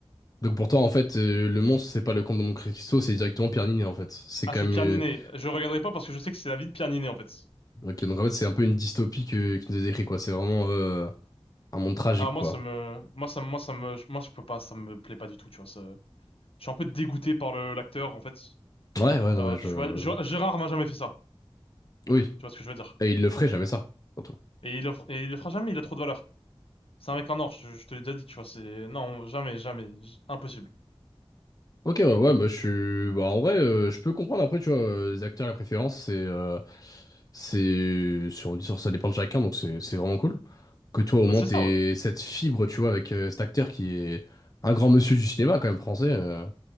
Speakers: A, on the left; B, on the left.
A: Donc pour toi, en fait, euh, le monstre, c'est pas le comte de Monte Cristo, c'est directement Pierre Niney, en fait. C'est
B: Ah,
A: quand
B: c'est
A: même...
B: Pierre
A: euh,
B: Niney. Je regarderai pas parce que je sais que c'est la vie de Pierre Niney en fait.
A: Ok, donc en fait, c'est un peu une dystopie que, qui nous est décrit, quoi. C'est vraiment euh, un monde tragique,
B: Ah moi
A: quoi.
B: ça me, moi ça, moi ça me, moi je peux pas, ça me plaît pas du tout, tu vois. ça- Je suis un peu dégoûté par le l'acteur en fait.
A: Ouais, ouais, non,
B: Euh,
A: mais je.
B: tu vois, Gé- Gérard m'a jamais fait ça,
A: Oui.
B: tu vois ce que je veux dire.
A: Et il le ferait jamais ça, surtout.
B: Et il offre, et il le fera jamais, il a trop de valeur. C'est un mec en or, je, je te l'ai déjà dit, tu vois, c'est... Non, jamais, jamais, j- impossible.
A: Ok, ouais, ouais, mais je suis. Bah, en vrai, euh, je peux comprendre après, tu vois, euh, les acteurs, la préférence, c'est. euh, c'est. Sur, sur- ça dépend de chacun, donc c'est c'est vraiment cool. Que toi, au
B: Bah
A: moins,
B: c'est
A: t'aies
B: ça, ouais.
A: cette fibre, tu vois, avec euh, cet acteur qui est un grand monsieur du cinéma, quand même, français. euh,